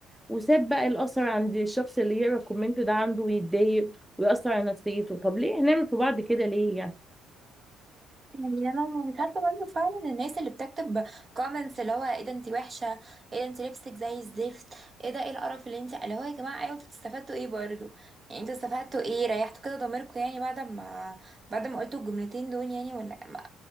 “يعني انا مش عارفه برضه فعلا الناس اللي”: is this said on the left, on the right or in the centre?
Right